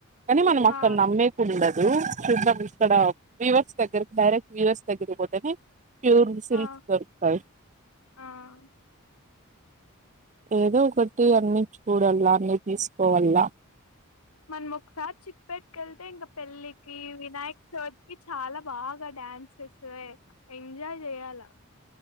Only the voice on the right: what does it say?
కానీ మనం అక్కడ
నమ్మేకి ఉండదు చూద్దాం ఇక్కడ వీవర్స్ దగ్గరకి డైరెక్ట్ వీవర్స్ దగ్గిర పోతేనే ప్యూర్ స్కిల్
<unintelligible>
ఏదో ఒకటి అన్ని చూడలా అన్ని తీసుకోవల్లా